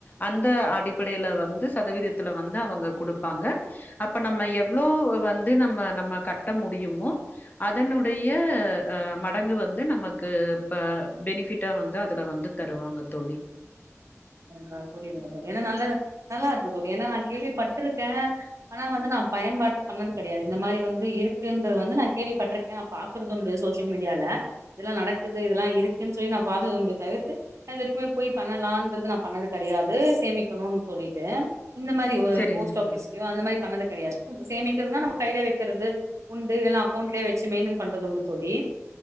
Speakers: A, on the left; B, on the right.
A: அந்த அடிப்படைல வந்து சதவீதத்துல வந்து அவுங்க குடுப்பாங்க அப்ப நம்ம எவ்ளோ வந்து நம்ம நம்ம கட்ட முடியுமோ அதனுடய அ மடங்கு வந்து நமக்கு ப்ப பெனிஃபிட்டா வந்தா இதுல வந்து தருவாங்க தோழி
B: எனக்கா புரியுதுங்க தோழி ஏனா நல்லத நல்லாருக்கு தோழி ஏனா நா கேள்விபட்ருக்கே ஆனா வந்து நா பயன்பாட்டு பண்ணது கெடயாது இந்த மாரி வந்து இருக்குன்றது வந்து நா கேள்விப்பட்ருக் ஏனா பாக்றதுண்டு சோசியல் மீடியால இதெல்லா நடக்குது இதெல்லா இருக்குன் சொல்லி நா பாத்தது உண்டு தவிர்த்து நா இது வரைக்குமே போய் பண்ணலான்றது நா பண்ணது கெடயாது சேமிக்கணுன் சொல்லிட்டு இந்த மாரி ஒரு
A: சரிங்க
B: போஸ்ட் ஆஃபிஸ்லயோ
A: தோழி
B: அந்த மாரி பண்ணது கெடயாது சேமிக்றதுனா நம்ம கைய்ல வக்கிறது உண்டு இல்லனா அக்கௌண்ட்லய வச்சு மெயின்டன் பண்றதுண்டு தோழி